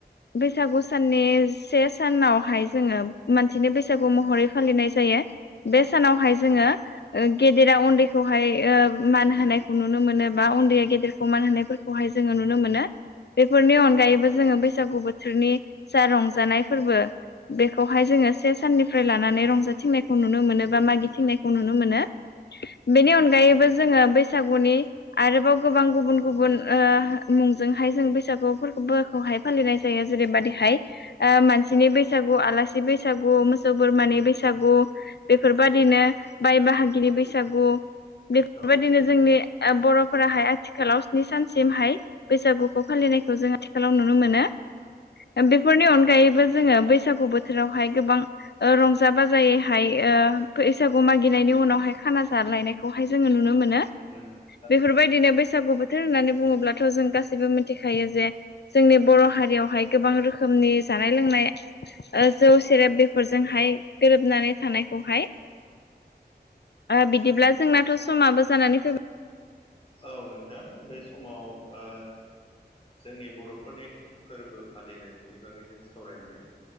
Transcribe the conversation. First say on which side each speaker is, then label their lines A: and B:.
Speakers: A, on the left; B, on the left.
A: बैसागु साननि से सानावहाय जोङो मानसिनि बैसागु महरै फालिनाय जायो। बे सानावहाय जोङो गेदेरा उन्दैखौहाय ओ मान होनायखौ नुनो मोनो बा उन्दैया गेदेरखौ मान होनायफोर हाय जोङो नुनो मोनो बेफोरनि अनगायैबो जोङो बैसागु बोथोरनि जा रंजानाय फोरबो बेखौहाय जोङो से साननिफ्राय लानानै रंजाथिंनायखौ नुनो मोनो बा मागिथिंनायखौ नुनो मोनो।
B: <inaudible>
A: बेनि अनगायैबो जोङो बै बैसागुनि आरोबाव गोबां गुबुन गुबुन ओ मुंजोंहाय जों बैसागुफोरखौबो खौहाय फालिनाय जायो जेरैबादिहाय ओ मानसिनि बैसागु आलासि बैसागु मोसौ बोरमानि बैसागु बेफोरबादिनो बाय बाहागि बैसागु बेफोरबायदिनो
B: औ
A: जोंनि बर'फोराहाय आथिखालाव स्नि सानसिमहाय बैसागुखौ फालिनायखौ जोंङो आथिलाव नुनो मोनो बेफोरनि अनगायैबो जोङो बैसागु बोथोरावहाय गोबां रंजा बाजायैहाय ओ बैसागु मागिनायनि उनावहाय खाना जालायनायखौहाय जोङो नुनो मोनो।
B: <inaudible>
A: बेफोरबायदिनो बैसागु बोथोर होननानै बुङोब्लाथ' जों गासैबो मिथिखायो जे जोंनि बर' हारियावहाय गोबां रोखोमनि जानाय लोंनाय ओ जौ सेरेब बेफोरजोंहाय गोरोबनानै थानायखौहाय ओ बिदिब्ला जोंनाथ' समाबो जानानै फै
B: औ नोंथां बे समाव ओ जोंनि बर'फोरनि फोरबो फालिनाय बिनि बागै जों सावरायबाय